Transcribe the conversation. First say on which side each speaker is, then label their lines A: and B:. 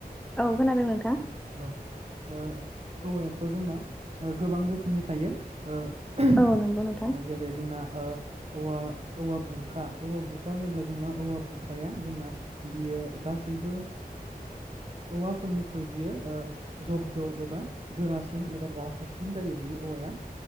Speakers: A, in the centre; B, on the right.
A: औ खोनादों नोंथां।
B: औ ओ औवायाथ' जोंना ओ गोबां रोखोमनि थायो। ओ
A: औ नंगौ नोंथां
B: जेरै जोंना ओ औवा औवा बुरखा औवा बुरखा होनोब्ला जोंना औवा बुरखाया जोंना बियो गासैबो औवाफोरनिख्रुइ बियो जब्द एबा गोरासिन एबा राफोदसिन जायो बे औवाया।